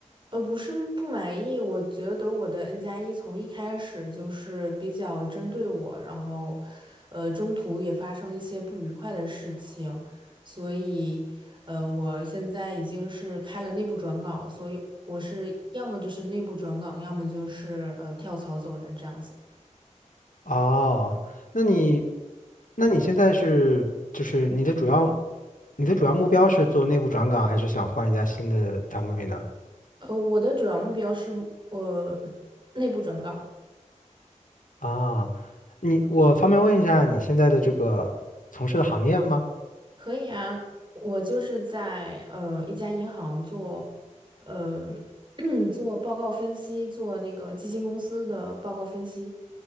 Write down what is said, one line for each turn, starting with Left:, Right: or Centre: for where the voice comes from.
Right: 呃，不是不满意，我觉得我的 N 加一从一开始就是比较针对我，然后，呃，中途也发生了一些不愉快的事情，所以，呃，我现在已经是开了内部转岗，所以我是要么就是内部转岗，要么就是呃跳槽走人这样子。
Left: 哦，那你，那你现在是就是你的主要，你的主要目标是做内部转岗，还是想换一家新的单位呢？
Right: 呃，我的主要目标是呃内部转岗。
Left: 啊，你我方便问一下你现在的这个从事的行业吗？
Right: 可以啊，我就是在呃一家银行做，呃 <clears throat> 做报告分析，做那个基金公司的报告分析。